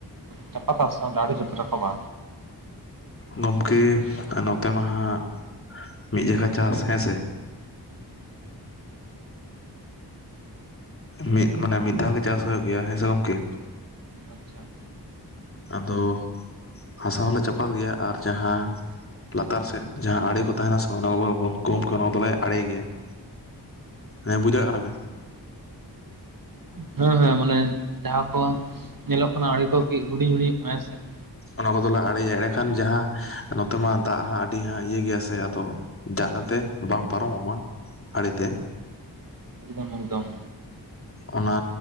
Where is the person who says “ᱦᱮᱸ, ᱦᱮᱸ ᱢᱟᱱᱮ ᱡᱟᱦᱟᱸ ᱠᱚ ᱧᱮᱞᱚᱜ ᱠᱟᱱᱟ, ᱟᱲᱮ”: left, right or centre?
Right